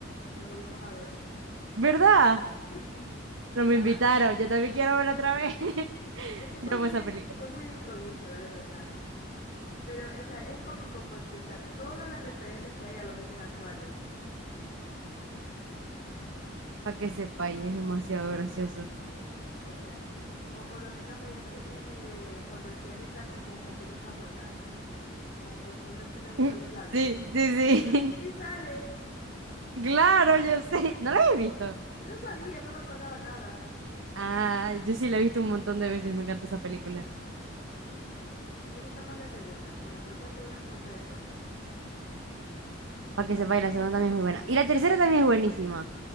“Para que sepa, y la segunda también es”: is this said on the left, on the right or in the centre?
Right